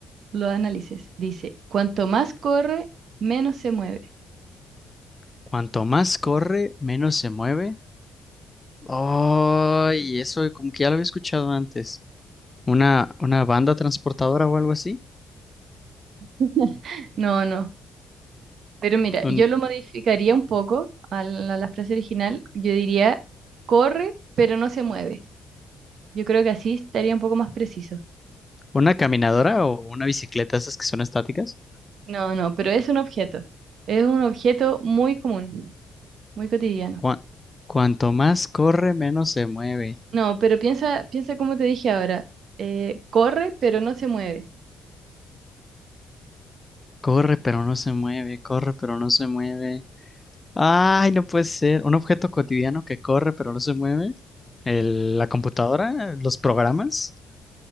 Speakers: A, on the right; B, on the left.
A: lo analices. Dice, cuanto más corre, menos se mueve.
B: Cuanto más corre, menos se mueve. Ay, eso como que ya lo había escuchado antes. ¿Una, una banda transportadora o algo así?
A: <laughs> No, no. Pero mira,
B: ¿Un-
A: yo lo modificaría un poco a la, a la frase original. Yo diría, corre, pero no se mueve. Yo creo que así estaría un poco más preciso.
B: una caminadora o una bicicleta, esas que son estáticas?
A: No, no, pero es un objeto. Es un objeto muy común, muy cotidiano.
B: Cua- cuanto más corre, menos se mueve.
A: No, pero piensa, piensa como te dije ahora. eh, corre, pero no se mueve.
B: Corre, pero no se mueve. Corre, pero no se mueve. Ay, no puede ser. Un objeto cotidiano que corre, pero no se mueve. El- la computadora, los programas.